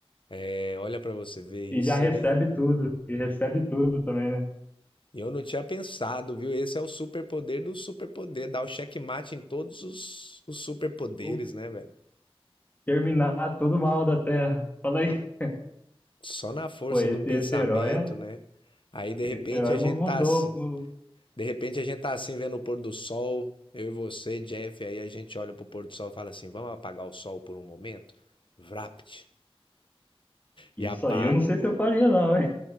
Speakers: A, on the left; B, on the left.
A: É, olha pra você ver,
B: E
A: isso
B: já recebe
A: seria.
B: tudo, e recebe tudo também, né?
A: E eu não tinha pensado, viu? Esse é o superpoder do superpoder, dar o checkmate em todos os, os superpoderes,
B: O,
A: né, velho?
B: terminar tudo mal da Terra. Fala aí, <laughs>
A: Só na força
B: pô, esse,
A: do pensamento,
B: esse herói, é-
A: né? Aí de
B: esse
A: repente
B: herói
A: a gente
B: mu- mudou.
A: tá assim,
B: mu-
A: de repente a gente tá assim vendo o pôr do sol, eu e você, Jeff, aí a gente olha pro pôr do sol e fala assim: "Vamos apagar o sol por um momento?" Vrapt.
B: Isso
A: E apaga.
B: aí eu não sei se eu faria, não, hein?